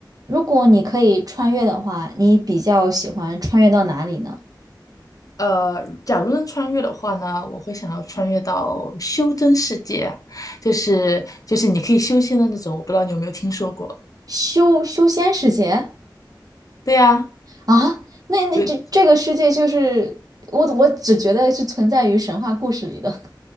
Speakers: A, on the right; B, on the left.
A: 如果你可以穿越的话，你比较喜欢穿越到哪里呢？
B: 呃，假如能穿越的话呢，我会想要穿越到修真世界啊就是就是你可以修仙的那种，我不知道你有没有听说过？
A: 修修仙世界
B: 对呀，
A: 啊？那那这这个世界就是我我只觉得是存在于神话故事里的。
B: 有
A: <laughs>